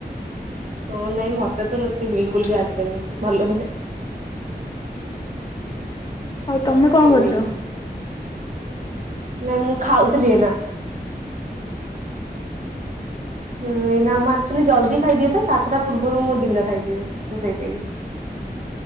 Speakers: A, on the right; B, on the left.
A: ତୋର ନାଇଁ ମତେ ତ ରୋଷେଇ ବିଲ୍ କୁ ଲ୍ ବି ଆସେନି ଭଲରେ।
B: ଆଉ ତମେ
A: ସେଇଲାଗି।
B: କଣ କରୁଚ?
A: ନାଇଁ ମୁଁ ଖାଉଥିଲି ଏଇନା। ହୁଁ ନାଇଁ ମୁଁ ଆକ୍ଚୁଆଲି ଜଲ୍ଦି ଖାଇଦିଏ ତ ସାତଟା ପୂର୍ବରୁ ମୁଁ ଡିନର ଖାଇଦିଏ ତ ସେଇଥି ଲାଗି।